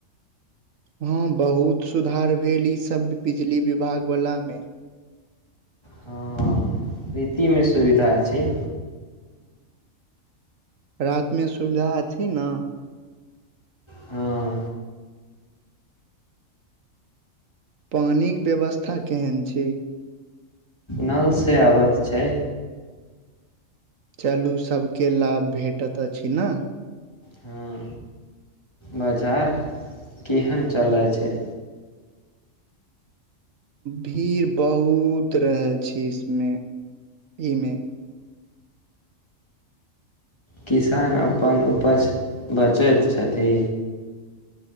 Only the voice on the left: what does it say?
हँ रीतिमे सुविधा छै
हँ
नलसँ अबैत छै
हँ बाजार केहन चलै छै
किसान अपन उपज बचैत छथि